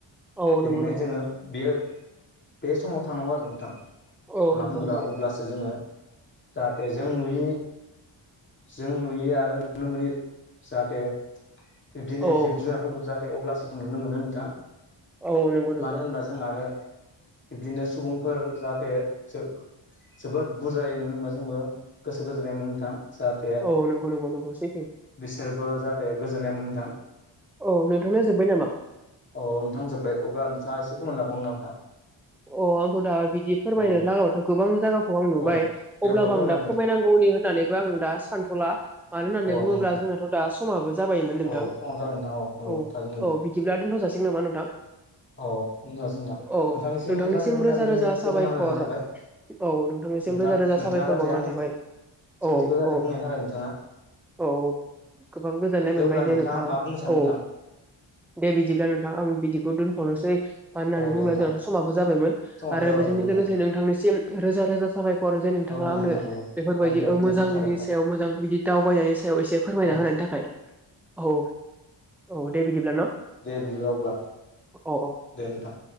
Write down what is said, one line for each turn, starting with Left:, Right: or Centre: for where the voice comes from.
Centre: औ
Left: बेनिखायनो
Centre: नंगौ नंगौ
Left: जोङो बेयो बे समाव थांनांगौ आरो नोंथां
Centre: औ
Left: मानो
Centre: नंगौ
Left: होनब्ला
Centre: नंगौ
Left: अब्लासो जोङो जाहाथे जों नुयि जों नुयो आरो नुनो मोनो जाहाथे बिब्दिनो
Centre: औ
Left: जिब-जुनारफोरखौ जाहाथे अब्लासो जों नुनो मोनो दां
Centre: औ नंगौ नंगौ
Left: मानो होनबा जों आरो बिबदिनो सुबुंफोर जाहाथे जो जोबोद बुजायोन होनबा जोंबो गोसो गोजोननाय मोनो नोंथां जाहाथे
Centre: औ नंगौ नंगौ नंगौ सैथो
Left: बिसोरबो जाहाथे गोजोननाय मोनदां
Centre: औ नोंथांना जोब्बाय नामा?
Left: औ नोंथां जोब्बाय अबब्ला नोंथाङा एसे खमाय लाबावनो ना नोंथां
Centre: अ आंथ' दा बिदि फोरमायनो
Left: अ
Centre: लागाथ' गोबां जायाखौ आं नुबाय
Left: औ दे
Centre: अब्लाबो
Left: अब्ला फोरमायना
Centre: आं दा फोरमायनांगौनि होननानैबो आं दा सानथ'ला मानो होननानै
Left: होदो
Centre: बुङोब्ला
Left: नोंथाङा औ नोंथां
Centre: जोंनाथ' दा जाबायोमोन नोंथां
Left: औ समाबो जाबाय नोंथां नंगौ
Centre: औ
Left: थारैनो नंगौ
Centre: औ बिदिब्ला दोनथ' जासिगोन नामा नोंथां
Left: औ बुंनोसै नोंथां
Centre: औ
Left: नोंथांनिसिम जाहाथे मोनाबिलिनि
Centre: रोजा रोजा साबायखर
Left: गोजोन हामलायनाय थाबाय
Centre: औ नोंथांनिसिम
Left: नोंथां
Centre: रोजा रोजा
Left: नोंथाङा
Centre: साबायखर
Left: जाहाथे
Centre: बावरनाय
Left: आंनि
Centre: थाबाय
Left: सोंथिखौ
Centre: औ
Left: जाहाथे
Centre: औ
Left: बुंनायनि थाखाय नोंथाङा
Centre: औ गोबां गोजोननाय
Left: दे
Centre: मोनबाय
Left: अब्ला
Centre: जे नोंथाङा
Left: मा बुंनो सानो
Centre: औ
Left: नोंथां
Centre: दे बिदिब्ला नोंथां आं बिदि बे दोनथावनोसै मानो होननानै
Left: औ दे
Centre: बुंबा
Left: नोंथां
Centre: जोंनाथ' समाबो जाबायमोन
Left: समाबो
Centre: आरो
Left: जाबाय औ
Centre: बेजोंनो
Left: नंगौ
Centre: लोगोसे
Left: नंगौ
Centre: नोंथांनिसिम रोजा रजा साबाय हरो जै नोंथाङा
Left: औ नंगौ
Centre: आंनो
Left: नोंथां नंगौ
Centre: बेफोरबायदि
Left: आंनिफ्रायबो नोंथांसिम
Centre: मोजांनि
Left: साबायखर
Centre: सायाव मोजां बिदि दावबायनायनि सायाव एसे फोरमायना
Left: औ
Centre: होनानै थाखाय औ औ दे बिदिब्ला न'
Left: दे बिदिबा अब्ला
Centre: औ औ
Left: दे नोंथां